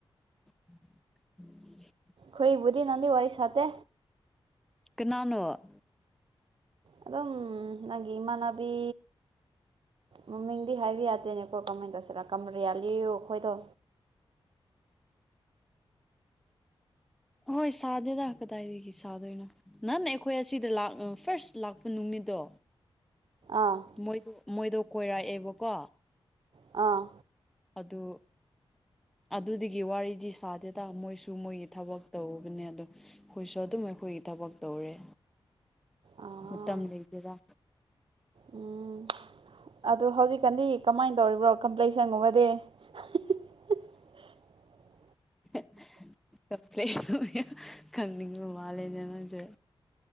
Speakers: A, in the centre; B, on the right.
A: <inaudible>
B: ꯈꯣꯏꯕꯨꯗꯤ ꯅꯡꯗꯤ ꯋꯥꯔꯤ ꯁꯥꯗꯦ
A: ꯀꯅꯥꯅꯣ
B: ꯑꯗꯨꯝ ꯅꯪꯒꯤ ꯏꯃꯥꯟꯅꯕꯤ ꯃꯃꯤꯡꯗꯤ ꯍꯥꯏꯕ ꯌꯥꯗꯦꯅꯦꯀꯣ ꯀꯃꯥꯏꯅ ꯇꯧꯁꯤꯔꯥ ꯀꯃꯔꯤꯌꯥꯂꯤꯌꯨ ꯈꯣꯏꯗꯣ
A: ꯃꯣꯏ ꯁꯥꯗꯦꯗ ꯀꯗꯥꯏꯗꯒꯤ ꯁꯥꯗꯣꯢꯅꯣ ꯅꯪꯅ ꯑꯈꯣꯏ ꯑꯁꯤꯗ ꯂꯥꯛ ꯐꯥꯔꯁ ꯂꯥꯛꯄ ꯅꯨꯃꯤꯠꯗꯣ
B: ꯑꯥ
A: ꯃꯣꯏꯗꯣ ꯃꯣꯏꯗꯣ ꯀꯣꯏꯔꯛꯑꯦꯕꯀꯣ
B: ꯑꯥ
A: ꯑꯗꯨ ꯑꯗꯨꯗꯨꯒꯤ ꯋꯥꯔꯤꯗꯤ ꯁꯥꯗꯦꯗ ꯃꯣꯏꯁꯨ ꯃꯣꯏꯒꯤ ꯊꯕꯛ ꯇꯧꯕꯅꯦ ꯑꯗꯨꯝ ꯑꯈꯣꯏꯁꯨ ꯑꯗꯨꯝ ꯑꯈꯣꯏꯒꯤ ꯊꯕꯛ ꯇꯧꯔꯦ
B: ꯑꯥ
A: ꯃꯇꯝ ꯂꯩꯇꯦꯗꯥ
B: ꯎꯝ ꯑꯗꯣ ꯍꯧꯖꯤꯛꯀꯥꯟꯗꯤ ꯀꯃꯥꯏꯟ ꯇꯧꯔꯤꯕ꯭ꯔꯣ ꯀꯝꯄ꯭ꯂꯦꯛꯁꯟꯒꯨꯝꯕꯗꯤ <inaudible> <unintelligible>
A: <unintelligible> ꯀꯝꯄ꯭ꯂꯦꯛꯁꯟ ꯌꯥꯝ ꯈꯪꯅꯤꯡꯕ ꯃꯥꯂꯦꯅꯦ ꯅꯪꯁꯨ